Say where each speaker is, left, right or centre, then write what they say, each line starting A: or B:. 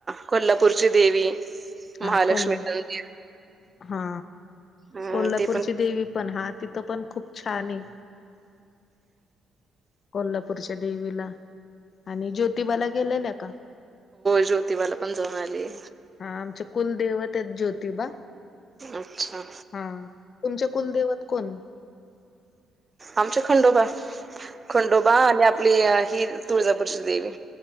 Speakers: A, on the right (about 30°); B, on the left (about 50°).
A: कोल्हापूरची देवी,
B: हा
A: महालक्ष्मी
B: कोल्हा
A: मंदिर.
B: हा
A: हम्म
B: कोल्हापूरची
A: ते पण
B: देवी पण हा तिथं पण खूप छाने. कोल्हापूरच्या देवीला आणि ज्योतिबाला गेलेल्या का?
A: ज्योतिवाला पण जाऊन आलीय.
B: हा आमचे कुलदेवतेत ज्योतिबा.
A: अच्छा
B: हा तुमचे कुलदैवत कोण?
A: आमचे खंडोबा, खंडोबा आणि आप् -पली ही तुळजापूरची देेवी.